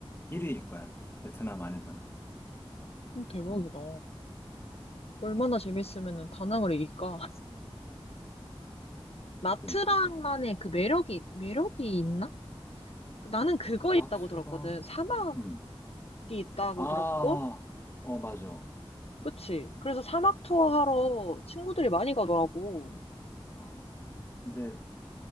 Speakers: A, on the left; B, on the left.
A: 1위일 거야. 베트남 안에서는.
B: 음, 대박이다.
A: 음,
B: 얼마나 재밌으면 다낭을 이길까? 마트랑만의
A: 그러니까.
B: 그 매력이, 매력이 있나? 나는 그거
A: 나트랑,
B: 있다고 들었거든. 사막이
A: 음,
B: 있다고
A: 아,
B: 들었고,
A: 어, 맞아. 어,
B: 그치? 그래서 사막 투어 하러 친구들이 많이 가더라고.
A: 어. 근데